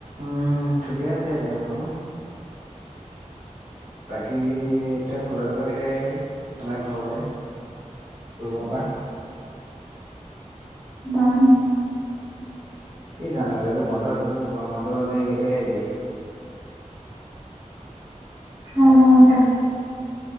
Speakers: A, on the right (about 70°); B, on the right (about 20°).
A: উম ঠিকে আছে এতিয়া বাৰু। বাকী এতিয়া কলেজৰ পৰা কেতিয়া আহিবি মানে ঘৰলে ৰুমৰ পা?
B: জানো?
A: কি জানো এতিয়া ত বন্ধ দিবই গৰম বন্ধ হলে কেতিয়া আহিবি?
B: <unintelligible> চাগে।